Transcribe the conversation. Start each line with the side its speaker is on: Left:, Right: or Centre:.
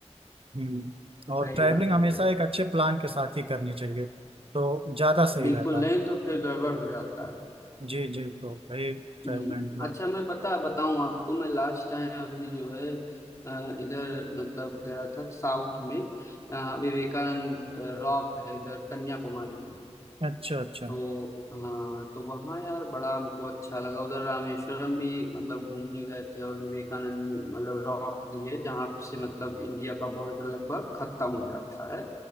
Right: हम्म और
Left: सही
Right: ट्रैवलिंग
Left: बात
Right: हमेशा
Left: है सही बात
Right: एक अच्छे प्लान के साथ ही करनी चाहिए तो ज़्यादा सही
Left: बिल्कुल
Right: रहता
Left: नहीं
Right: है
Left: तो फिर गड़बड़ हो जाता है
Right: जी जी तो भाई ट्रैवल
Left: हम्म
Right: एंड प्लान
Left: अच्छा मैं पता बताऊं आपको मैं लास्ट टाइम अभी जो है अ, इधर मतलब गया था साउथ में अ, विवेकानंद रॉक है इधर कन्याकुमारी में।
Right: अच्छा अच्छा
Left: तो हाँ तो वहाँ यार बड़ा हमको अच्छा लगा उधर रामेश्वरम भी मतलब घूमने गए थे और विवेकानंद में, मतलब रॉक भी है जहाँ से मतलब इंडिया का बॉर्डर लगभग खत्म हो जाता है